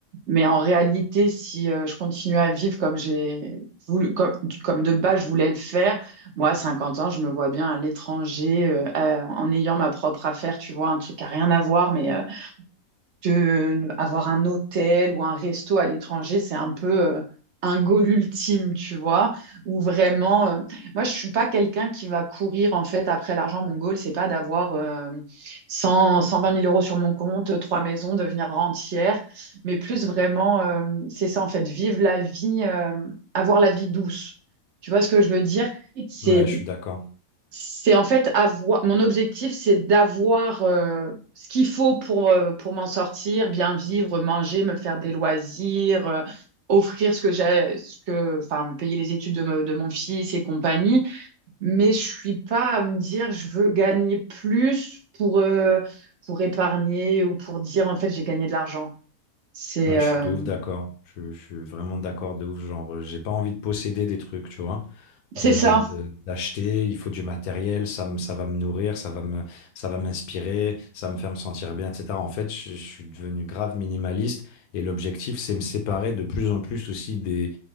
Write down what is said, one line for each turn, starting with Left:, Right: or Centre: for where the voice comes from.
Right: Mais en réalité, si euh, je continue à vivre comme j'ai voulu, comme, comme de base je voulais le faire, moi, à 50 ans, je me vois bien à l'étranger, euh, euh, en ayant ma propre affaire, tu vois, un truc à rien à voir, mais euh, que avoir un hôtel ou un resto à l'étranger, c'est un peu euh, un goal ultime, tu vois, ou vraiment euh, moi je suis pas quelqu'un qui va courir en fait après l'argent. Mon goal, c'est pas d'avoir euh, cent cent vingt mille euros sur mon compte, euh, trois maisons, devenir rentière, mais plus vraiment euh, c'est ça en fait, vivre la vie, euh, avoir la vie douce. Tu vois ce que je veux dire? C'est
Left: Ouais, je suis d'accord.
Right: c'est en fait avoir mon objectif, c'est d'avoir euh, ce qu'il faut pour, euh, pour m'en sortir, bien vivre, manger, me faire des loisirs, euh, offrir ce que j'ai, ce que, enfin, payer les études de, me- de mon fils et compagnie. Mais je suis pas à me dire je veux gagner plus pour, euh, pour épargner ou pour dire en fait j'ai gagné de l'argent. C'est
Left: Ouais,
Right: euh,
Left: je suis de ouf d'accord. Je, je suis vraiment d'accord de ouf. Genre, euh, j'ai pas envie de posséder des trucs, tu vois.
Right: c'est
Left: De,
Right: ça.
Left: de, de- d'acheter, il faut du matériel, ça me, ça va me nourrir, ça va me, ça va m'inspirer, ça va me faire me sentir bien, etc. En fait, je, je suis devenu grave minimaliste et l'objectif, c'est me séparer de plus en plus aussi des,